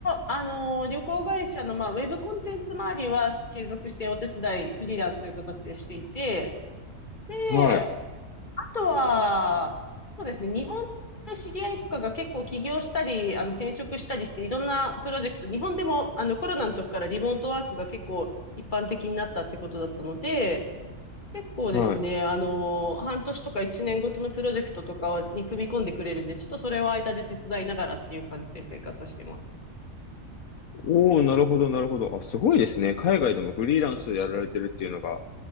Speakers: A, on the left (about 35°); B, on the left (about 80°).
A: あの、旅行会社の、まあ、ウェブコンテンツ周りは継続してお手伝い、フリーランスという形でしていて、で、
B: はい。
A: あとは、そうですね、日本で知り合いとかが結構起業したり、あの、転職したりして、いろんなプロジェクト、日本でも、あの、コロナの時からリモートワークが結構一般的になったってことだったので、結構ですね、
B: はい。
A: あの、半年とか一年ごとのプロジェクトとかに組み込んでくれるんで、ちょっとそれを間で手伝いながらっていう感じで生活してます。
B: おお、なるほど、なるほど。あ、すごいですね。海外でもフリーランスでやられてるっていうのが、